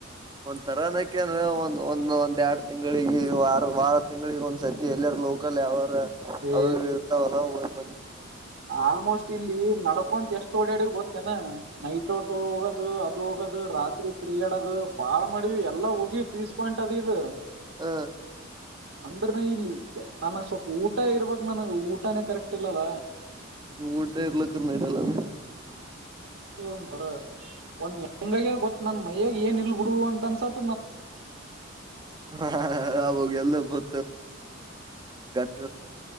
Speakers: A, on the right; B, on the right.
A: ಒಂದ್ ತರಾನಕ ಒಂದ ಒಂದ ಒಂದ್ ಎರಡು ತಿಂಗಳಿಗೆ ವಾರ ವಾರ ತಿಂಗಳಿಗೆ ಒಂದ್ ಸರ್ತಿ ಎಲ್ಲರ ಲೋಕಲ್ ಯಾವರು
B: ಏ
A: ಅದು ಇರುತ್ತಾವ ಹೊಲ
B: ಆಲ್ಮೋಸ್ಟ್ ಇಲ್ಲಿ ನಡ್ಕೊಂತ ಎಷ್ಟು ತೋಡ್ಯಾಡಿ ಗೊತ್ತೇನೆ ನೈಟ್ ಓಟೋ ಹೋಗೋದು ಹೋಗದು ರಾತ್ರಿ ತಿರುಗಾಡದು ಬಾಳ್ ಮಾಡೀ ಎಲ್ಲಾ ಹೋಗಿವ ಪೀಸ್ ಪಾಯಿಂಟ್ ಅದ ಇದು
A: ಹ
B: ಅಂದ್ರನ ಇಲ್ಲಿ ನನಗ್ ಸ್ವಲ್ಪ ಊಟ ಇರ್ಬಕ್ ನನಗ ಊಟಾನೇ ಕರೆಕ್ಟ್ ಇಲ್ಲದ
A: ಊಟ ಇ ಲಕ್ಕ ನಟಲ್ಲಾನ
B: ಒಂತರ ಒಂದ ಹೆಂಗ ಗೊತ್ತ ನನ್ ಮಯೇ ಏನ್ ಇಲ್ ಬಿಡು ಅಂತ ಅನ್ಸತ್
A: ಹ ಅಬ ಗ ಬ <inaudible> <inaudible>